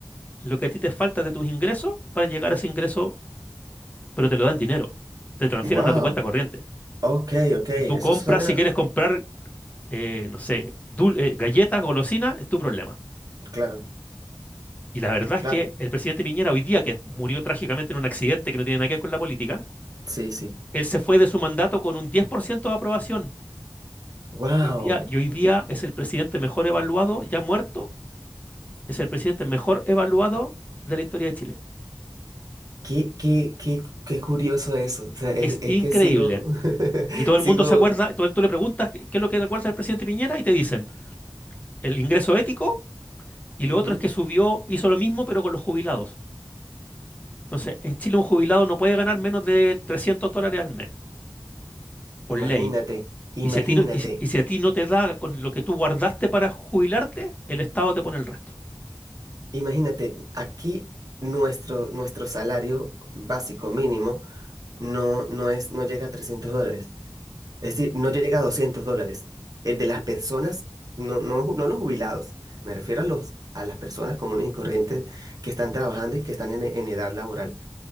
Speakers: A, on the left (about 20°); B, on the right (about 50°).
A: lo que a ti te falta de tus ingresos para llegar a ese ingreso, pero te lo dan dinero. Te transfieren
B: Wow.
A: a tu cuenta corriente.
B: Ok, ok. Eso
A: Y tú compras,
B: suena.
A: si quieres comprar, eh, no sé, dul- eh, galletas, golosinas, es tu problema.
B: Claro,
A: Y la verdad
B: claro.
A: es que el presidente Piñera hoy día, que murió trágicamente en un accidente que no tiene nada que ver con la política,
B: Sí, sí.
A: él se fue de su mandato con un 10% de aprobación.
B: Wow.
A: Hoy día- y hoy día es el presidente mejor evaluado, ya muerto, es el presidente mejor evaluado de la historia de Chile.
B: Qué, qué, qué, qué curioso eso. O sea, es,
A: Es
B: es
A: increíble.
B: que sigo, <laughs>
A: Y todo el
B: sigo.
A: mundo se acuerda, todo, tú le preguntas qué qué es lo que recuerda el presidente Piñera y te dicen el ingreso ético y lo
B: ujú.
A: otro es que subió, hizo lo mismo pero con los jubilados. Entonces, en Chile un jubilado no puede ganar menos de 300 dólares al mes, por
B: Imagínate,
A: ley.
B: imagínate,
A: Y si a ti no, y si- y si a ti no te da con lo que tú guardaste para jubilarte, el Estado te pone el resto.
B: imagínate, aquí nuestro, nuestro salario básico mínimo no, no es, no llega a 300 dólares, es decir, no llega a 200 dólares. El de las personas, no, no, no los jubilados, me refiero a los, a las personas comunes y corrientes que están trabajando y que están en, en edad laboral.